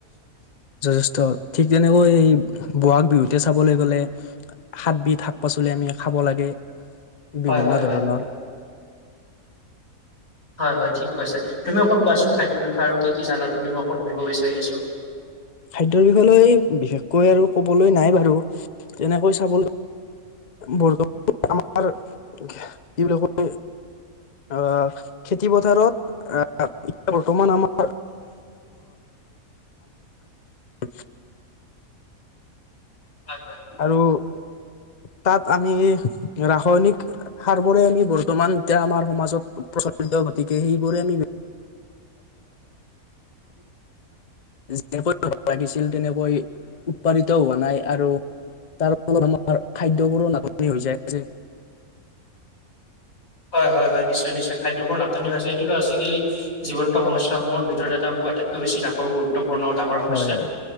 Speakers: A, on the left (about 40°); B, on the left (about 70°).
A: যথেষ্ট ঠিক তেনেকৈ এই বহাগ বিহু তেতিয়া চাবলৈ গ'লে হাতবিধ শাক পাচলি আমি খাব লাগে বিভিন্ন
B: হয় হয়
A: ধৰণৰ
B: হয়।
A: <inaudible>
B: হয় হয় ঠিক কৈছে তুমি অকণ কোৱাচোন খাদ্যৰ বিষয়ে আৰু কি কি জানা তুমি মই অকণ ধুৰিব বিচাৰি আছো।
A: খাদ্যৰ বিষয় লৈ বিশেষকৈ আৰু কবলৈ নাই বাৰু তেনেকৈ চাবলৈ বৰ্তমান আমাৰ কি বুলি কয় আহ খেতি পথাৰত আহ এ বৰ্তমান আমাৰ ধ
B: হয় হয়
A: আৰু তাত আমি ৰাসায়নিক সাৰ বোৰে আমি বৰ্তমান এতিয়া আমাৰ সমাজত প্ৰচলিত গতিকে সেইবোৰে আমিত যেনে লাগিছিল তেনেকৈ উৎপাদিত হোৱা নাই আৰু তাৰ ফলত আমাৰ খাদ্যবোৰো নাটনি হৈ যায় যে
B: হয় হয় হয় নিশ্চয় নিশ্চয় খাদ্যবোৰ নাটনি হৈছে এইটোতো আজিকালি। জীৱন্ত সমস্যা সমূৰ ভিতৰত এটা বু আটাইতকৈ বছ ডাঙৰ গুৰুত্ব পূৰ্ণ ডাঙৰ সমস্যা
A: হয় হয়।